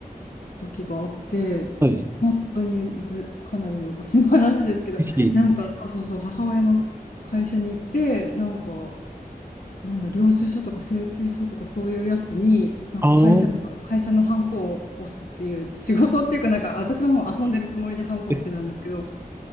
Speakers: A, on the left; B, on the right.
A: 時があって、
B: はい。
A: 本当にず、かなり昔の話ですけど、
B: ぜひ
A: なんかそうそうそう、母親の会社に行って、なんか、なんだ、領収書とか請求書とかそういうやつに、なんか会社の、
B: ああ、
A: 会社のハンコを押すっていう仕事っていうか、なんか私はもう遊んでるつもりでハンコをしてたんですけど、
B: で